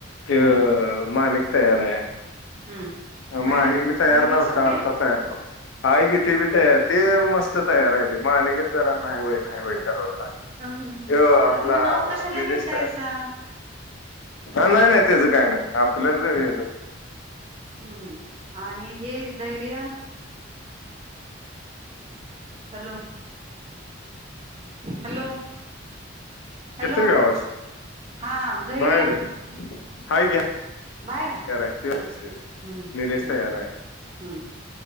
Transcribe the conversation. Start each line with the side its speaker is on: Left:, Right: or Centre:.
Left: त्यो
Right: हम्म
Left: माणिक तयार हाय.
Right: हम्म मॅडम
Left: माणिक बी तयार
Right: मॅडम ना
Left: नव्हता
Right: सुट्टी
Left: आता
Right: आहे
Left: तयार झालाय हाय की ती बी तयार ती मस्त तयार हायती माणिकच जरा न्हाय वय न्हाय वय करालता त्यो
Right: हम्म अरे
Left: आपला
Right: तुम्ही नाव कशाला
Left: निलेश
Right: घेतायसा
Left: तयार हाय. ह नाही नाही त्याच काही नाही आपल्यातल हेच
Right: हुं आणि हे धैर्य हॅलो हॅलो हॅलो
Left: येतोय का आवाज
Right: हा धैर्य
Left: बाहेर हाय घ्या
Right: बाहेर आहे.
Left: करायचं विषय एकदा
Right: हम्म
Left: निलेश
Right: बर
Left: तयार हाय.
Right: हम्म